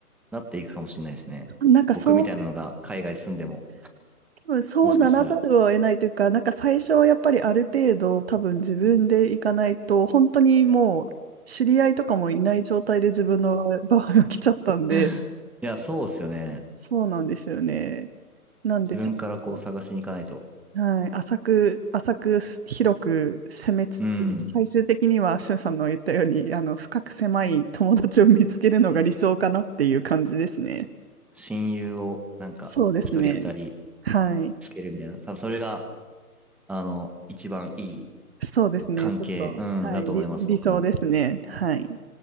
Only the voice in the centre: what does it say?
なっていくかもしれないですね。
僕みたいなのが海外住んでも、
もしかしたら。
<laughs> いや、そうですよね。
自分からこう探しに行かないと。
うん。
うん親友をなんか一人二人
つけるみたいな。多分それが、あの、一番いい
関係、
うん、
だと思います、
僕も。